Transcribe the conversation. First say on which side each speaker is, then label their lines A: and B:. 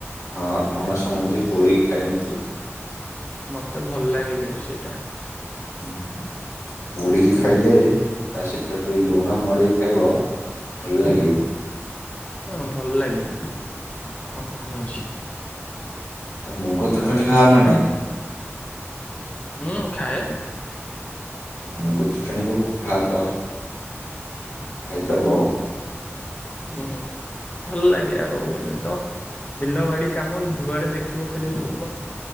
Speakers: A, on the left (about 80°); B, on the left (about 30°).
A: ହଁ ପଣସ ମଞ୍ଜି ପୋଡିକି ଖାଇନ୍ତି।
B: ମତେ ଭଲ ଲାଗେ କିନ୍ତୁ ସେଇଟା।
A: ହୁଁ ପୋଡିକି
B: ହୁଁ
A: ଖାଇଲେ ତା ସହିତ ଟିକେ ଲୁଣ ମଡେଇକି ଖାଇବ ଭଲ
B: ହୁଁ
A: ଲାଗିବ।
B: ହଁ ଭଲ ଲାଗେ କଣ ସଛି।
A: ତ ମୁଗ। ଚଟଣି
B: ଆଉ,
A: ଖାଅ ନା ନାଇଁ
B: ହୁଁ ଖାଏ।
A: ଚୁଟଣିକୁ ପୋଖାଳ ଭାତ ଖାଇଦବ।
B: ହୁଁ, ଭଲ ଲାଗେ ଆଉ ଏଇନେ ତ -- ବିଲ ବାଡି କାମ ଯୁଆଡେ ଦେଖିବ ଖାଲି ଲୋକ।